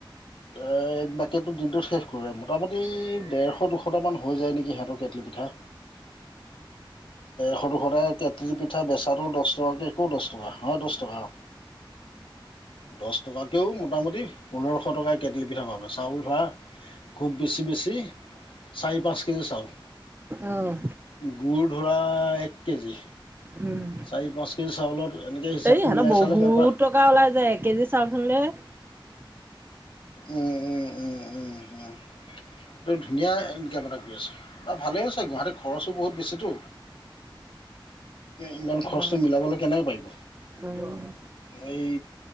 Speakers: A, on the left; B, on the right.
A: এ বাকেটটো দিনটোত শেষ কৰে মোটামুটি দেৰশ দুশটা মান হৈ যায় নেকিহত কেটলি পিঠা। সৰু সুৰা কেটলি পিঠা বেচাৰো দছ দহ একো দছ টকা হয় দছ টকা অ দছ টকাকেও মোটামুটি পোন্ধৰশ টকা কেটলী পিঠা পাবা চাউল ধৰা খুব বেছি বেছি। চাৰি পাঁচ কেজি চাওল
B: অ',
A: গুড় ধৰা এক কেজি
B: উম।
A: চাৰি পাঁচ কেজি চাউলত এনেকৈ হিচাপটো
B: এই এহেত
A: মিলাই
B: বহুত
A: চালে বেপাৰ
B: টকা ওলাই যায় এক কেজি চাউল খুন্দিলে <inaudible>
A: উম উম উম উম উম। এই ধুনীয়া ইনকাম এটা কৰি আছে বা ভালে আছে গুৱাহাটীৰ খৰচো বহুত বেছিতো ইমান খৰচটো
B: অ',
A: মিলাবলৈ কেনেকৈ পাৰিব।
B: অ',
A: এই